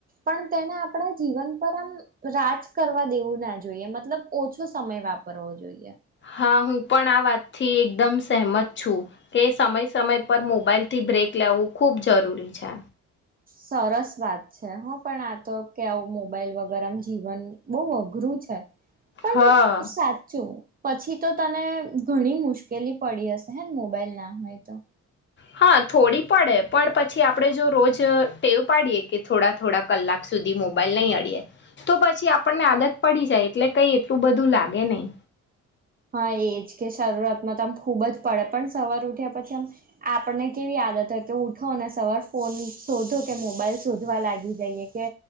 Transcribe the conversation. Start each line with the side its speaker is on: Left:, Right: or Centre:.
Right: પણ તેને આપણા જીવન પર આમ રાજ કરવા દેવું ના જોઈએ મતલબ ઓછો સમય વાપરવો જોઈએ.
Left: હા હું પણ આ વાતથી એકદમ સહેમત છું, કે સમય સમય પર મોબાઈલથી બ્રેક લેાવવું ખૂબ જરૂરી છે.
Right: સરસ વાત છે હા પણ આ તો કે આવું મોબાઈલ વગેરમ જીવન બહુ અઘરું છે. પણ
Left: હા
Right: સાચું. પછી તો તને ઘણી મુશ્કેલી પડી હશે હે મોબાઈલ ના હોય તો?
Left: હા થોડી પડે પણ પછી આપડણે જો રોજ ટેવ પાડીએ કે થોડા થોડા કલાક સુધી મોબાઈલ નહી અડીએે, તો પછી આપણને આદત પડી જાય એટલે કઈ એટલું બધું લાગે નહી.
Right: હા એજ કે શરૂઆતમાં તો આમ ખુબ જ પડે પણ સવાર ઉઠ્યા પછી આમ, આપણને કેવી આદત હોય કે ઉઠો અને સવાર ફોન શોધો કે મોબાઈલ શોધવા લાગી જઈએ. કે